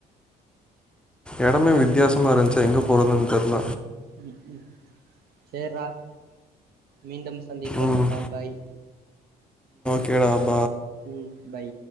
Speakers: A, in the centre; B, on the right.
A: எடமே வித்தியாசமா இருந்த்ச்சு எங்க போறதுன் தெர்ல
B: ம் ம் சேர்ரா மீண்டும் ஸ் சந்திப்போம்
A: ம்
B: பாய் பாய்
A: கே டா
B: ம் பை